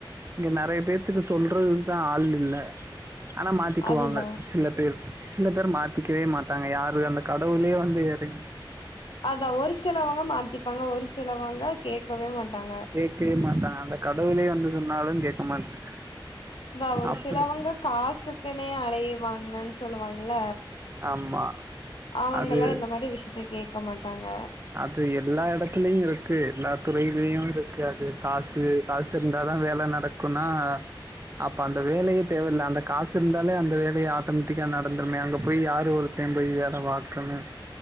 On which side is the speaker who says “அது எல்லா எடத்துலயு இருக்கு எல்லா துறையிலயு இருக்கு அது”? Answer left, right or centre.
Right